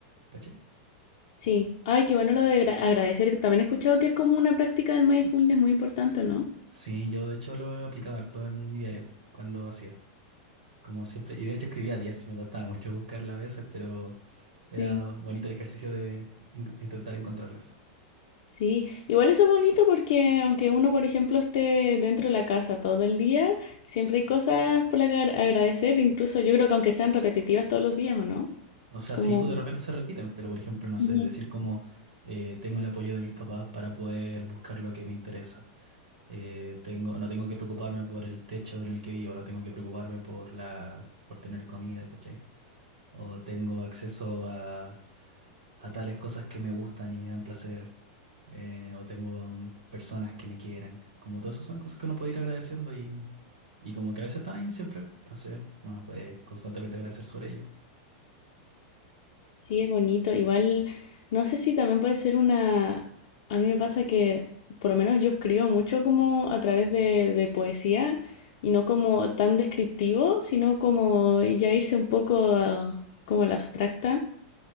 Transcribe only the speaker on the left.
Sí. Ay, qué bueno lo de gra- agradecer. También he escuchado que es como una práctica del mindfulness muy importante, ¿no?
Sí,
Sí, igual eso es bonito porque aunque uno, por ejemplo, esté dentro de la casa todo el día, siempre hay cosas por agra- agradecer, incluso yo creo que aunque sean repetitivas todos los días, ¿o no?
Como...
Ujú.
Sí, es bonito. Igual, no sé si también puede ser una... A mí me pasa que, por lo menos yo escribo mucho como a través de, de poesía y no como tan descriptivo, sino como ya irse un poco a- como a la abstracta.